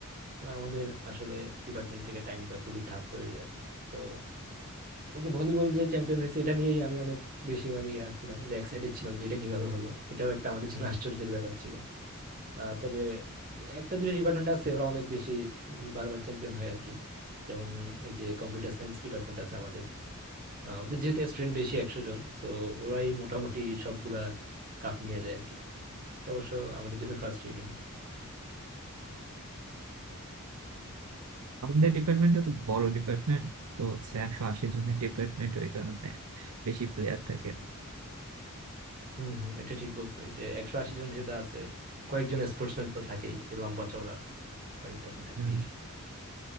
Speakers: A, on the right; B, on the right.
A: আর আমাদের আসলে ডিপার্টমেন্ট থেকে টাইম দেওয়া খুবই টাফ হয়ে যায় আর কি তো এই যে ভলিবল যে চ্যাম্পিয়ন হয়েছে এটা নিয়েই আমি অনেক বেশি মানে ইয়া ছিলাম যে এক্সাইটেড ছিলাম যে এটা কিভাবে হলো এটাও একটা আমাদের জন্য আশ্চর্যের ব্যাপার ছিল আহ, তবে একটা দুটো ডিপার্টমেন্ট আছে ওরা অনেক বেশি বারবার চ্যাম্পিয়ন হয় আর কি যেমন এই যে কম্পিউটার সায়েন্স ডিপার্টমেন্ট আছে আমাদের আহ, ওদের যেহেতু স্টুডেন্ট বেশি একশো জন সো ওরাই মোটামুটি সবগুলা কাপ নিয়ে যায় আর কি এটা অবশ্য আমাদের জন্য ফ্রাস্ট্রেটিং
B: আমাদের ডিপার্টমেন্টটা তো বড় ডিপার্টমেন্ট তো হচ্ছে একশো আশি জনের ডিপার্টমেন্ট ওই কারণে বেশি প্লেয়ার থাকে
A: হম হম এটা ঠিক বলছো এই যে একশো আশি জন যেহেতু আছে কয়েকজন স্পোর্টসম্যান তো থাকেই যে লম্বা চওড়া কয়েকটা তো থাকবেই
B: হুম।